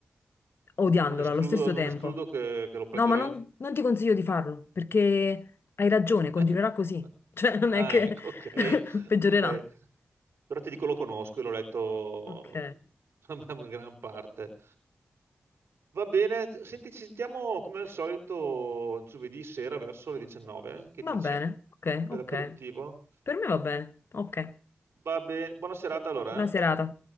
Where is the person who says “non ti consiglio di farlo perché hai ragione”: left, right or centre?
Left